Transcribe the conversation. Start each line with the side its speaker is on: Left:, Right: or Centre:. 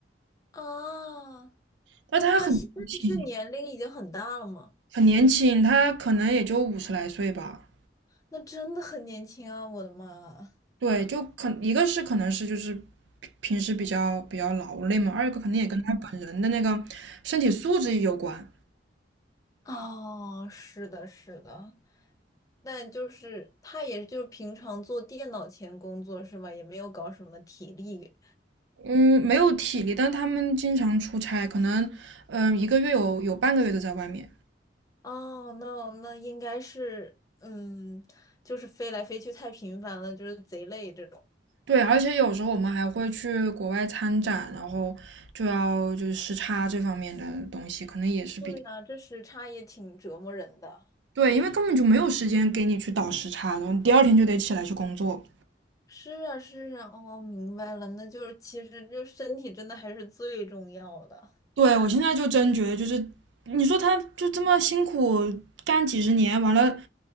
Left: 啊？
Right: 但他很年轻
Left: 他现在是年龄已经很大了吗？
Right: 很年轻，他可能也就五十来岁吧。
Left: 那真的很年轻啊，我的妈啊！
Right: 对，就可一个是可能是就是平平时比较比较劳累嘛，二一个肯定也跟他本人的那个身体素质有关。
Left: 哦，是的，是的，但就是他也就是平常做电脑前工作是吧？也没有搞什么体力。
Right: 嗯，没有体力，但他们经常出差，可能嗯、一个月有有半个月都在外面。
Left: 哦，那那应该是，嗯，就是飞来飞去太频繁了，就是贼累这种。
Right: 对，而且有时候我们还会去国外参展，然后就要就是时差这方面的东西，可能也是比
Left: 对啊，这时差也挺折磨人的。
Right: 对，因为根本就没有时间给你去倒时差，然后你第二天就得起来去工作。
Left: 是啊，是啊，哦，明白了，那就是其实就身体真的还是最重要的。
Right: 对，我现在就真觉得，就是你说他就这么辛苦干几十年，完了